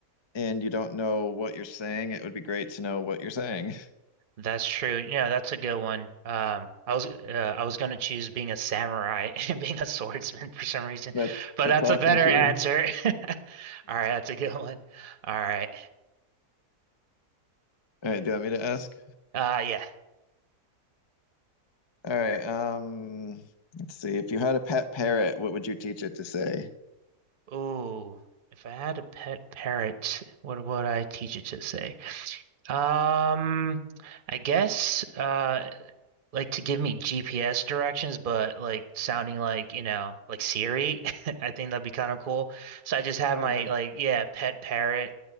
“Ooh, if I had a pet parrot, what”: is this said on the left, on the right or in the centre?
Right